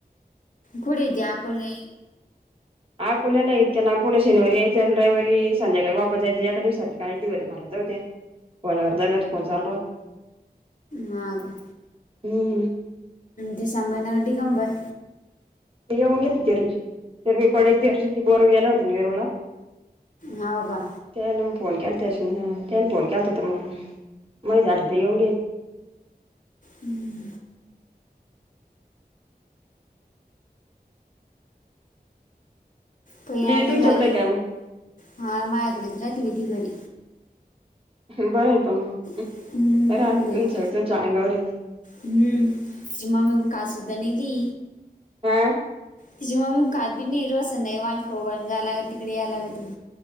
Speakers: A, on the left; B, on the right.
A: कडी द्याकले
B: आकुल्याला इतक्या लांबपला शनिवारी यायचं आणि रविवारी संध्याकाळी वापस जायच एका दिवसासाठी काहिती होते मला जाउदे फोनावर दरोत फोन चालू रा
A: मग
B: म्म
A: दिसंबर न डीगंबर
B: ते येऊन घेत होती रजी तर मी पडेल रजी ते बोर गेयला होतीेेन येरूळला
A: मौका
B: त्यान मग फोन केला त्यास ना त्यान फोन केला त होत मग मग जात हो ते येऊन घे
A: हम्म पहि
B: दिदी
A: आता
B: तुमच्याकडे
A: झाली
B: काय
A: मा मायाकडेच राहते ती घरी
B: हे बरय पण मग
A: हम
B: राहते
A: गज
B: तुमच्या तुमच्या अंगावर आहे
A: हम्म सिमा मगून का सुद्धा नाही ती
B: अं
A: तिची मम्मी खाती नाही रोज नाही माल खोगळून जाला तिकडे यायलाग त